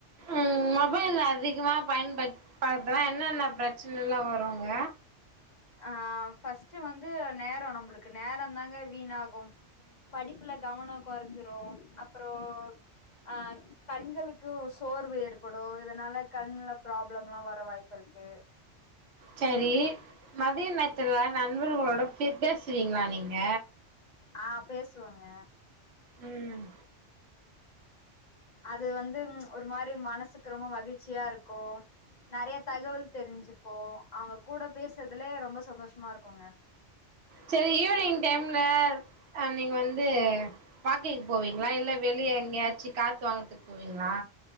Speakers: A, on the right; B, on the left.
A: உம் மொபைல் அதிகமா பயன்படு த்துனா என்னென்ன பிரச்சனை எல்லா வருங்க
B: ஆ ஃபர்ஸ்ட்டு வந்து நேரம் நம்மளுக்கு நேரந்தாங்க வீணாகும் படிப்புல கவனம் குறைஞ்சிரும் அப்பறம் ஆ கண்களுக்கு சோர்வு ஏற்படும் இதனால கண்ல ப்ராப்ளம்ல்லா வரு வாய்ப்பு இருக்கு
A: சரி மதிய நேத்துல நண்பர்களோட பேசுவீங்களா நீங்க
B: ஆ பேசுவங்க
A: உம்
B: அது வந்து ஒரு மாதிரி மனசுக்கு ரொம்ப மகிழ்ச்சியா இருக்கு நிறைய தகவல் தெரிஞ்சுப்போ அவங்க கூட பேசுறதுலே ரொம்ப சந்தோஷமா இருக்குங்க
A: சரி ஈவினிங் டைமில் நீங்க வந்து வாக்கிங் போவீங்களா இல்ல வெளியே எங்கயாச்சு காத்து வாங்கறதுக்கு போவீங்களா